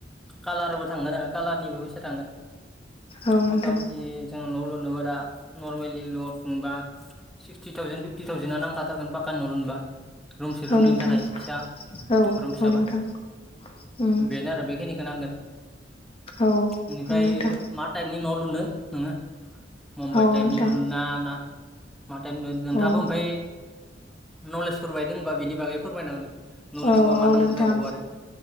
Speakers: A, in the centre; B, on the left.
A: कालारबो थांगोन आरो कालारनिबो फैसा थांगोन
B: औ नोंथां
A: मथा मथि जों न' लुनोबा दा नरमेलि ल बा सिक्सटि थावजेन फिफटि थावजेनना नांखाथारगोन पाकानि न' लुनोबा रुमसे रुमनैनि
B: औ नोंथां
A: थाखाय फिसा
B: औ
A: रुम फिसाबा
B: औ नोंथां उम
A: बेनो आरो बेखिनिखो नांगोन
B: औ
A: बेनिफ्राय
B: औ नोंथां
A: माथ टाइपनि न' लुनो नोङो मुम्बाइ
B: औ
A: टाइपनि
B: नोंथां
A: लुनोना ना मा थाइप <unintelligible> नोंथाङाबो
B: औ
A: ओमफाय नलेजफोर बाय दोंबा बिनि बागै फोरमायना होदो न' लुनायाव
B: औ
A: मा मा
B: अ
A: नांगौ
B: नोंथां
A: जाबावो आरो